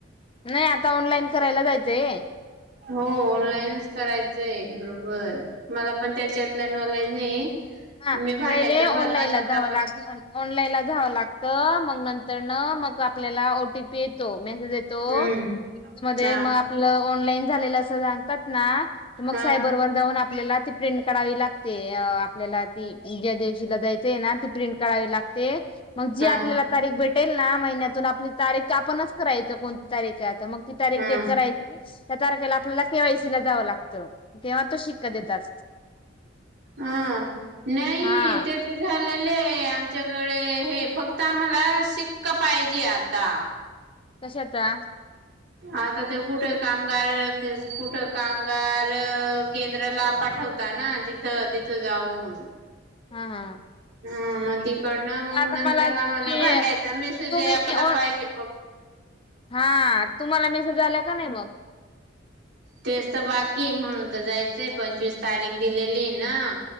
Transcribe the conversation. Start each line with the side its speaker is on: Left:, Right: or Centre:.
Left: नाही आता ऑनलाईन करायला जायचंय.
Right: हो ऑनलाईनच करायचंय बरोबर. मला पण त्याच्यातलं नॉलेज नाही.
Left: हा
Right: मी भांड्याचा
Left: पहिले ऑनलाईनला
Right: भरला नव्हता
Left: जाव
Right: पण
Left: लाग ऑनलाईनला जावं लागत मग न तर मग आपल्याला ओटीपी येतो, मेसेज येतो
Right: हम्म
Left: मध्ये
Right: हा
Left: मग आपलं ऑनलाइन झालं असं सांगतात ना तर मग
Right: हा
Left: सायबर वर जाऊन आप आपल्याला ती प्रिंट काढावी लागते. अ आ आपल्याला ती ज्या दिवशीला जायचय ना ती प्रिंट करावी लागते. मग जी
Right: हा
Left: आपल्याला तारीख भेट वाटेल ना महिन्यातून आपली तारीख आपणच करायचं कोणती तारीख आहे. आता मग ती तारीख
Right: हा
Left: डेट करायची. त्या तारखेला आपल्याला केवायसी ला जावं लागतं तेव्हा तो शिक्का देतात.
Right: ह नाही
Left: हा
Right: ते ते झालेले आमच्याकडे हे फक्त आम्हाला ला शिक्का पाहिजे आता.
Left: कशाचा?
Right: आता ते कुठे कामगार कुठे कामगार केंद्राला पा ठवता ना तिथ तिथ जाऊन.
Left: हा हा.
Right: हा मग तिकडनं मग
Left: ते आता
Right: नंतर
Left: मला तुम्ही
Right: आम्हाला भांड्याचा मेसेज
Left: तुम्ही
Right: आहे आम्हाला
Left: ऑ
Right: पाहिजे प
Left: हा तुम्हाला मेसेज आल्या का नाही मग?
Right: तेच तर बाकी म्हणून तर जायचंय पंचवीस तारीख दिलेली आहे ना.